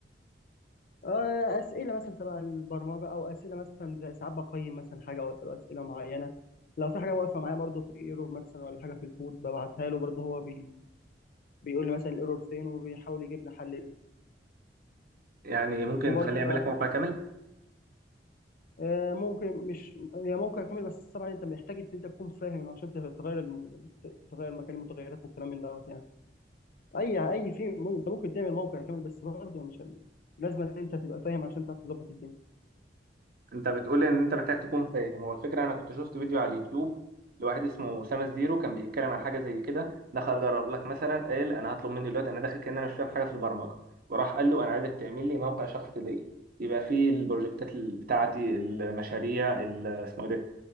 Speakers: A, on the left (about 55°); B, on the right (about 55°).
A: آه، اسئله مثلا تبع البرمجه او اسئله مثلا زي ساعات بقيم مثلا حاجه او اسئله اسئله معينه لو في حاجه واقفه معايا برضو في ايرور مثلا ولا حاجه في الكود ببعتها له برضو هو بي... بيقول لي مثلا الايرور فين وبيحاول يجيب لي حل
B: يعني ممكن
A: وبرضه
B: تخليه يعمل
A: يعني
B: لك موقع كامل
A: آه، ممكن مش هي موقع كامل بس طبعا انت محتاج ان انت تكون فاهم عشان تغ- تغير الم... ت- تغير مكان المتغيرات والكلام من دوت يعني اي اي في م- انت ممكن تعمل موقع كامل بس برضه مش لازم ان انت تبقى فاهم عشان تعرف تظبط الدنيا
B: انت بتقول ان انت محتاج تكون فاهم هو الفكره انا كنت شفت فيديو على اليوتيوب لواحد اسمه اسامه الزيرو كان بيتكلم عن حاجه زي كده دخل جرب لك مثلا قال انا هطلب مني دلوقتي انا داخل كان انا مش فاهم حاجه في البرمجه وراح قال له انا عايزك تعمل لي موقع شخصي ليا يبقى فيه البروجكتات ال- بتاعتي المشاريع ال- اسمه ايه ده